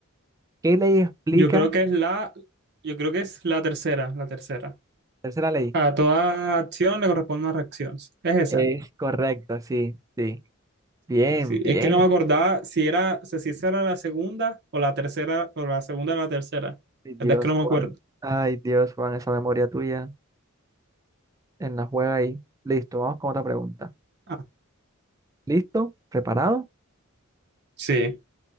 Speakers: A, on the right (about 15°); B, on the right (about 50°).
A: ¿Qué ley explica?
B: Yo creo que es la, yo creo que es la tercera, la tercera.
A: Tercera ley.
B: A toda acción le corresponde una reacción. ¿Es esa?
A: Es correcto, sí, sí. Bien,
B: Y Sí,
A: bien.
B: es que no me acordaba si era, o sea, si esa era la segunda o la tercera, o la segunda o la tercera.
A: Ay, Dios,
B: La verdad es que no me
A: Juan.
B: acuerdo.
A: Ay, Dios, Juan, esa memoria tuya en la juega ahí. Listo, vamos con otra pregunta.
B: Ah,
A: ¿Listo? ¿Preparado?
B: sí.